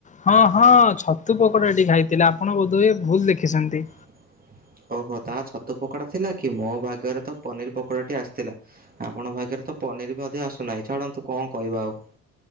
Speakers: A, on the left; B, on the right.
A: ହଁ ହଁ ଛତୁ ପକୋଡାଟି ଖାଇ ଥିଲେ ଆପଣ ବୋଧ ଭୁଲ ଦେଖିଛନ୍ତି।
B: ଁ ଓହୋ ତା ଛତୁ ପକୋଡା ଥିଲା କି ମୋ ଭାଗରେ ତ ପନିର ପକୋଡ଼ା ଟି ଆସିଥିଲା ଆପଣ ଭାଗରେ ତ ପନିର ମଧ୍ୟ ଆସୁନାହିଁ ଛାଡ଼ନ୍ତୁ କଣ କହିବା ଆଉ।